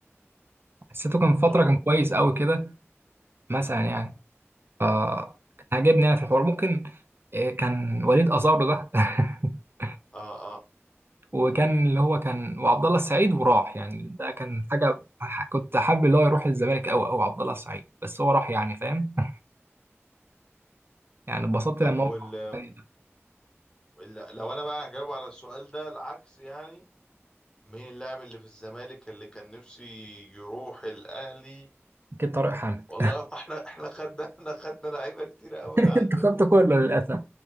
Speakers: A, on the right; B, on the left.
A: حسيته كان فتره
B: اه
A: كان كويس قوي كده مثلا يعني ف كان عاجبني انا في الحوار ممكن آه، كان وليد ازارو ده <laughs>
B: اه اه
A: وكان اللي هو كان وعبد الله السعيد وراح يعني ده كان حاجه ح- كنت حابب اللي هو يروح الزمالك قوي قوي عبد الله السعيد بس هو راح يعني فاهم <laughs> يعني اتبسطت
B: طب
A: لما
B: وال
A: هو راح الفريق ده.
B: وال- لو انا بقى هجاوب على السؤال ده العكس يعني مين اللاعب اللي في الزمالك اللي كان نفسي يروح الاهلي
A: اكيد طارق حامد
B: والله هو احنا احنا خدنا احنا خدنا لعيبه كتير قوي
A: <laughs>
B: عندكم
A: انت خدت كله للاسف